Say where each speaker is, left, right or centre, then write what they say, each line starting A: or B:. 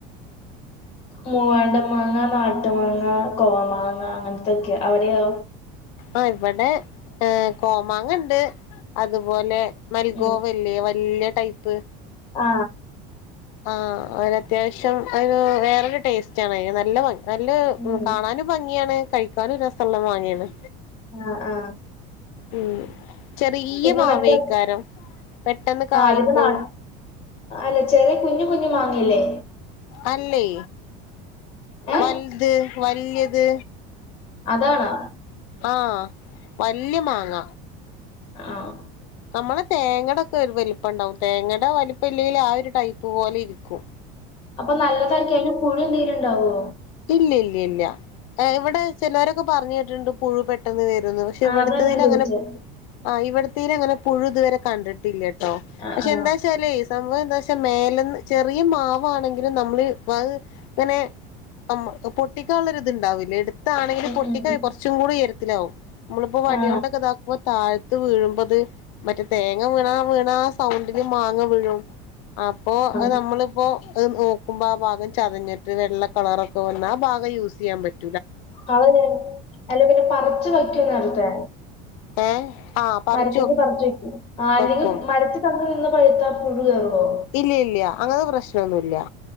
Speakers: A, on the left; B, on the left.
A: മൂവാണ്ട മാങ്ങ, നാട്ടു മാങ്ങ, കോ മാങ്ങ, അങ്ങനത്തൊക്കെയ അവിടെയാ
B: ആ ഇവടെ കോമാങ്ങ ഉണ്ട് അതുപോലെ മൽഗോവല്ലേ
A: ഉം
B: വല്ല്യ ടൈപ്പ്
A: ആ
B: ആ അതിന് അത്യാവശ്യം അയിന് വേറൊരു ടേസ്റ്റ് ആണ് അയിന് നല്ല ഭം നല്ല
A: ഉം
B: കാണാനും ഭംഗിയാണ് കഴിക്കാനും രസള്ള മാങ്ങയാണ്.
A: ആ ആ
B: ഉം ചെറിയ
A: പിന്നെ
B: മാവയ്ക്കാരം
A: മറ്റേ
B: പെട്ടെന്ന് കായിക്കും.
A: ആ അതിന്റെ നാ അല്ല ചെറിയ കുഞ്ഞു കുഞ്ഞ് മാങ്ങയില്ലേ
B: അല്ലേ
A: ഏ
B: വല്ത് വല്ല്യത്
A: അതാണോ
B: ആഹ് വല്യ മാങ്ങ
A: ആഹ്
B: നമ്മള തേങ്ങയുടെക്കെ വലിപ്പം ഉണ്ടാവും തേങ്ങയുടെ വലിപ്പം ഇല്ലെങ്കിൽ ആ ഒരു ടൈപ്പ് പോലെ ഇരിക്കും
A: അപ്പൊ നല്ലതായിരിക്കും അയില് പുഴു എന്തെങ്കിലും ഇണ്ടാവോ
B: ഇല്ല ഇല്ല ഇല്ല ഇവിടെ ചിലരൊക്കെ പറഞ്ഞ കേടിട്ടുണ്ട് പുഴുപെട്ട പെട്ടെന്ന് വരുന്നു പക്ഷെ
A: ആ
B: ഇവിടുത്തെതിൽ
A: അതാ ഞാൻ ചോദിച്ചേ
B: അങ്ങനെ ആഹ് ഇവിടത്തേലഅങ്ങനെ പുഴു ഇതുവരെ കണ്ടിട്ടില്ലട്ടോ
A: ആ
B: പക്ഷെ
A: ആ
B: എന്താച്ചാലേ സംഭവം എന്താ വെച്ചാൽ മേലന്ന് ചെറിയ മാവ് ആണെങ്കിലും നമ്മള് ഇങ്ങനെ അം പൊട്ടിക്കാള്ള ഒരുത്ണ്ടാവൂല്ലേ എടു താണെങ്കിൽ
A: ഉം
B: പൊട്ടിക്ക
A: ഉം
B: കുറച്ചും കൂടി ഉയരത്തിലാവും നമ്മളിപ്പോൾ വടി
A: ആ
B: കൊണ്ടൊക്കെ ഇത അപ്പൊ താഴത്ത് വീഴുമ്പത് മറ്റേ തേങ്ങ വീണാ വീണാ സൗണ്ടില് മാങ്ങ വീഴും അപ്പോ അത്
A: ആ
B: നമ്മളിപ്പോ നോക്കുമ്പോ ആ ഭാഗം ചതഞ്ഞിട്ട് വെള്ള കളറ <unintelligible> യൂസ് ചെയ്യാൻ പറ്റ്
A: <unintelligible> അലുമിനിയം പറിച്ച് വയ്ക്കുവാ നേരത്തെ
B: ഏ ആ പറിച്ചു
A: മരത്തിന്ന് പറിച്ച് വെക്കും ആഹ് അല്ലെങ്കി
B: വെക്കും
A: മരത്തി <unintelligible> പഴുത്താ പുഴു കയറോ
B: ഇല്ലി ഇല്യാ അങ്ങനത്തെ പ്രശ്നമൊന്നുല്ലാ